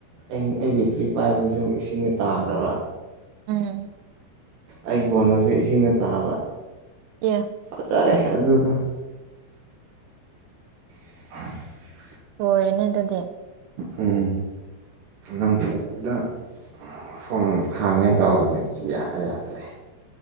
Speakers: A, on the right; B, on the right.
A: ꯑꯩ ꯑꯩ ꯕꯦꯇ꯭ꯔꯤ ꯄꯥꯏꯕꯗꯁꯨ ꯏꯁꯤꯡꯗ ꯇꯥꯈ꯭ꯔꯕ
B: ꯎꯝ
A: ꯑꯩ ꯐꯣꯟꯗꯨꯁꯨ ꯏꯁꯤꯡꯗ ꯇꯥꯕ
B: ꯑꯦ
A: ꯑꯖꯥꯔꯦ ꯑꯗꯨꯗꯣ <unintelligible>
B: ꯂꯣꯏꯔꯦꯅꯦ ꯑꯗꯨꯗꯤ
A: ꯑꯝ ꯅꯝꯐꯨꯗ ꯐꯣꯟ ꯍꯥꯡꯒꯦ ꯇꯧꯕꯅꯦ ꯁꯨꯡꯌꯥ ꯌꯥꯗ꯭ꯔꯦ